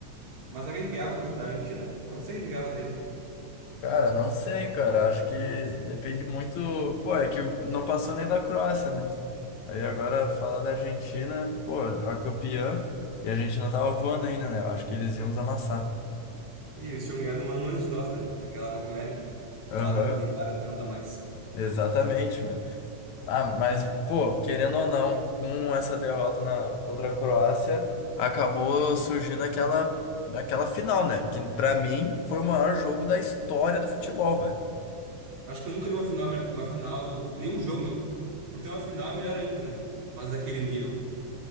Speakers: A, on the right; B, on the left.
A: Mas será que a gente ganhava do- da Argentina? Não sei se a gente ganhava deles, meu.
B: Cara, não sei, cara. Acho que depende muito. Pô, é que o- não passou nem da Croácia, né? Aí agora falar da Argentina, pô, a campeã. E a Argentina tava voando ainda, né? Eu acho que eles iam nos amassar.
A: E eles tinham ganhado um ano antes de nós, né? Aquela Copa América, que
B: Aham,
A: batem em Neymar até não dá mais.
B: exatamente, mano. Ah, mas, pô, querendo ou não, com essa derrota na, contra a Croácia, acabou surgindo aquela, aquela final, né? Que pra mim foi o maior jogo da história do futebol, velho.
A: Acho que eu nunca vi uma final, minha- uma final, nenhum jogo, meu. Por ter uma final é melhor ainda, né? Mas daquele nível.